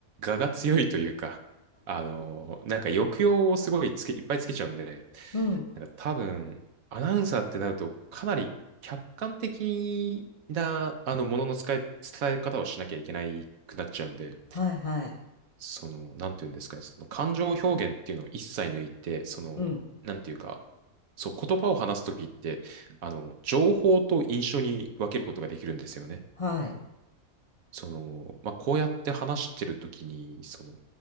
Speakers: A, on the right; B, on the left.
A: 我が強いというか、あのーなんか抑揚をすごいつけ、いっぱいつけちゃうんで、
B: うん。
A: なんか多分、アナウンサーってなると、かなり客観的な、あの、ものの使い、伝え方をしなきゃいけないくなっちゃうんで、
B: はいはい。
A: その、なんていうんですかね、その感情表現っていうのを一切抜いて、その、
B: うん、
A: なんていうか、そう、言葉を話すときって、あの、情報と印象に分けることができるんですよね。
B: はい。
A: その、まあ、こうやって話してるときに、その、